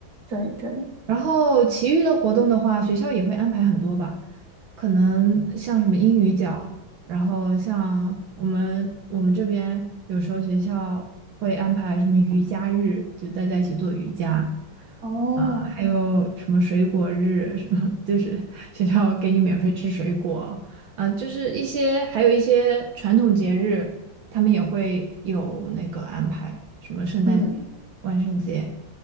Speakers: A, on the right; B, on the right.
A: 对对，
B: 然后其余的活动的话，学校也会安排很多吧，可能像什么英语角，然后像我们我们这边有时候学校会安排什么瑜伽日，就大家一起做瑜伽
A: 哦。
B: 啊，还有什么水果日，什么就是 <laughs> 学校给你免费吃水果啊，就是一些还有一些传统节日，他们也会有那个安排，什么圣诞节、
A: 嗯，
B: 万圣节。